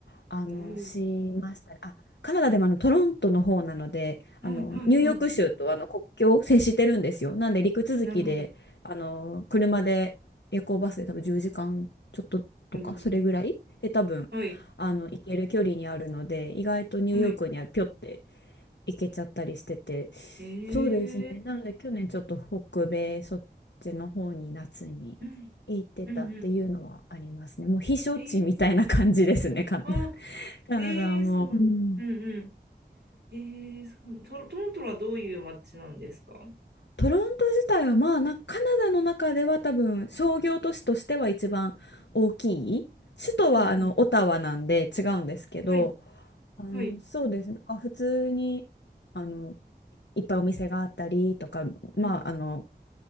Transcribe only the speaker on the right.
おー。
はい、
はい、
はい。
なるほど。
おー。
はい、
はい。
えー。
うん、うん、うん。えー、あ、
えー、そうなんだ。
うんうん。えー、そうトロ、トロントはどういう街なんですか
うんうん。はい、
はい。
うん、